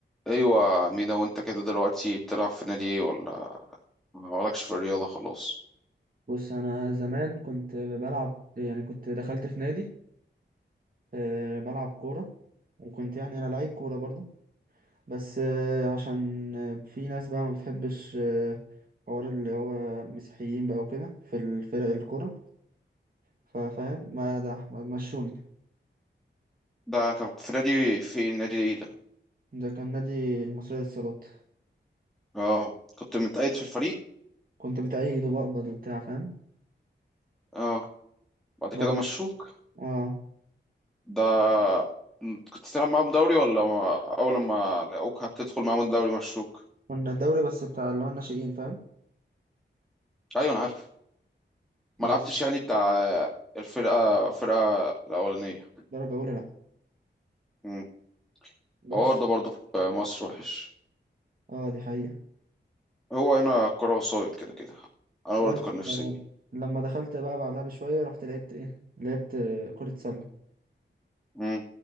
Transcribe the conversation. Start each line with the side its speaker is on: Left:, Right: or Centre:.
Centre: ايوه مينا وانت كده دلوقتي بتلعب في نادي ايه ولا مالكش في الرياضه خلاص
Right: بص انا زمان كنت بلعب يعني كنت دخلت في نادي آه، بلعب كوره وكنت يعني انا لعيب كوره برضو بس آه، عشان آه، في ناس بقى ما بتحبش آه، حوار اللي هو مسيحيين بقى وكده في الفرق الكوره ففاهم ما ده ما مشوني
Centre: ده كان في نادي في نادي ايه ده
Right: ده كان نادي المصرية للصالات
Centre: اه كنت متقيد في الفريق
Right: كنت بتأيد وبقبض وبتاع فاهم
Centre: اه بعد
Right: بس
Centre: كده مشوك
Right: اه
Centre: ده كنت تلعب معاهم دوري ولا ما... اول ما لقوك هتدخل معاهم الدوري مشوك
Right: كنا الدوري بس بتاع اللي هو الناشئين فاهم
Centre: ايوه انا عارف ما
Right: بس
Centre: لعبتش يعني بتاع الفرقه الفرقه الاولانيه
Right: درجة أولى لأ
Centre: امم
Right: بس
Centre: الحوار ده برضه في مصر وحش
Right: اه دي حقيقة
Centre: هو هنا كرة وسايد كده كده انا
Right: بس
Centre: برضه كان نفسي
Right: آه، لما دخلت بقى بعدها بشوية رحت لعبت ايه لعبت آه، كرة سلة
Centre: امم